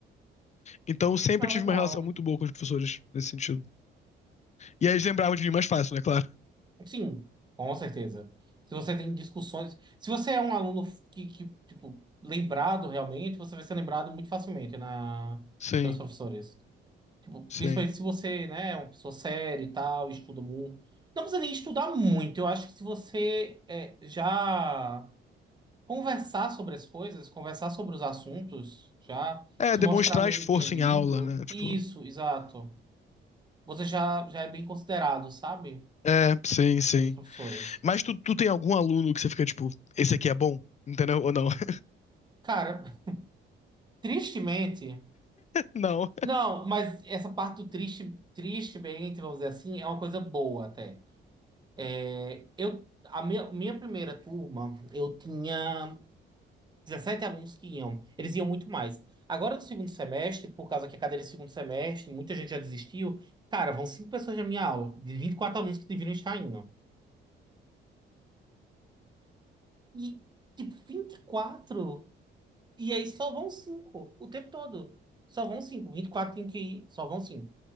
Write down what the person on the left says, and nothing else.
Então eu sempre
tive uma relação muito boa com os professores nesse sentido. E aí eles lembravam de mim mais fácil, né? Claro.
Sim,
sim.
É,
demonstrar
esforço
em aula, né? Tipo.
É, sim,
sim.
Mas tu, tu tem algum aluno que você fica, tipo, esse aqui é bom? Entendeu? Ou não? <laughs>
Não.